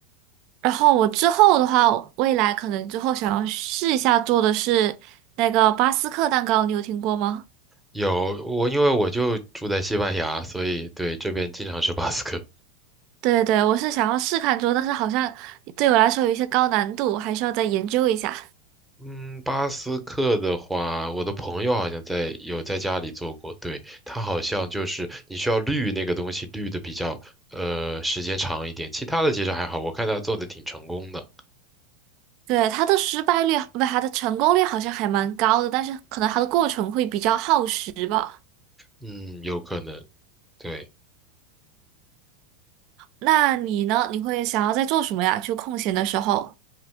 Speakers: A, on the right; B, in the centre.
A: 然后我之后的话，未来可能之后想要试一下做的是那个巴斯克蛋糕，你有听过吗？
B: 有我，因为我就住在西班牙，所以对这边经常吃巴斯克。
A: 对对，我是想要试看做，但是好像对我来说有一些高难度，还需要再研究一下。
B: 嗯，巴斯克的话，我的朋友好像在有在家里做过，对，他好像就是你需要滤那个东西，滤的比较呃时间长一点，其他的其实还好，我看他做的挺成功的，
A: 对，它的失败率，不，它的成功率好像还蛮高的，但是可能它的过程会比较耗时吧。
B: 嗯，有可能，对。
A: 那你呢？你会想要在做什么呀？就空闲的时候？